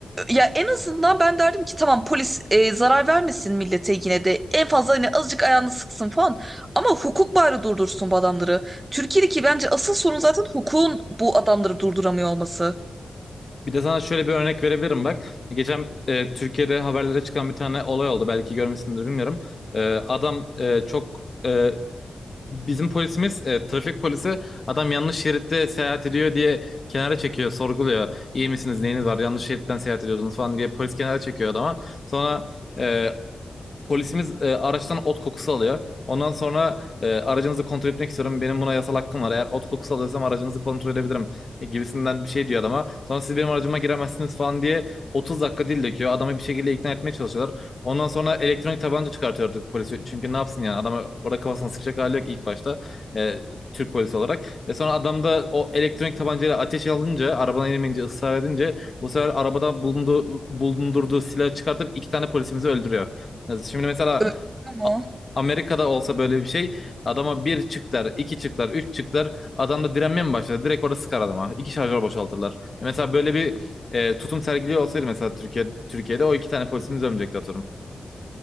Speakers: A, on the right (about 20°); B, on the left (about 35°).
A: Ya en azından ben derdim ki tamam polis e, zarar vermesin millete yine de. En fazla hani azıcık ayağını sıksın falan. Ama hukuk bari durdursun bu adamları. Türkiye'deki bence asıl sorun zaten hukukun bu adamları durduramıyor olması.
B: Bir de sana şöyle bir örnek verebilirim bak. Geçen e, Türkiye'de haberlere çıkan bir tane olay oldu. Belki görmüşsündür bilmiyorum. E, adam e, çok e, Bizim polisimiz, e, trafik polisi adam yanlış şeritte seyahat ediyor diye kenara çekiyor, sorguluyor. İyi misiniz, neyiniz var, yanlış şeritten seyahat ediyordunuz falan diye polis kenara çekiyor adama. Sonra e, Polisimiz e, araçtan ot kokusu alıyor. Ondan sonra e, aracınızı kontrol etmek istiyorum. Benim buna yasal hakkım var. Eğer ot kokusu alıyorsam aracınızı kontrol edebilirim e, gibisinden bir şey diyor adama. Sonra siz benim aracıma giremezsiniz falan diye 30 dakika dil döküyor. Adamı bir şekilde ikna etmeye çalışıyorlar. Ondan sonra elektronik tabanca çıkartıyor artık polisi. Çünkü ne yapsın yani adamı orada kafasına sıkacak hali yok ilk başta. E, Türk polisi olarak. E, sonra adam da o elektronik tabancayla ateş alınca, arabadan inemeyince, ısrar edince bu sefer arabada bulunduğu, bulundurduğu silahı çıkartıp iki tane polisimizi öldürüyor. Ya Şimdi mesela
A: Öldürüyor mu?
B: A- Amerika'da olsa böyle bir şey adama bir çıktılar, iki çıktılar, üç çıktılar adam da direnmeye mi başladı? Direkt orada sıkar adama. İki şarjör boşaltırlar. E Mesela böyle bir e, tutum sergiliyor olsaydı mesela Türkiye, Türkiye'de o iki tane polisimiz ölmeyecekti atıyorum.